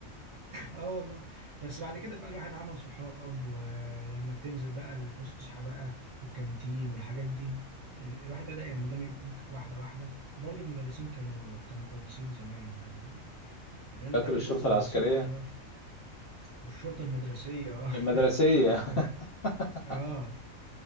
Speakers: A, on the right; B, on the left.
A: اه والله بس بعد كده بقى الواحد عمل صحاب ولما بتنزل بقى الفسحة بقى والكانتين والحاجات دي ال- الواحد بدأ يندمج واحدة واحدة وبرضه المدرسين كانوا كانوا كويسين زمان يعني يعني أنا
B: فاكر
A: فاكر
B: الشرطة
A: لسه مدرسين
B: العسكرية
A: لحد دلوقتي والشرطة المدرسية اه
B: المدرسية
A: <laughs> لا
B: <laughs>
A: اه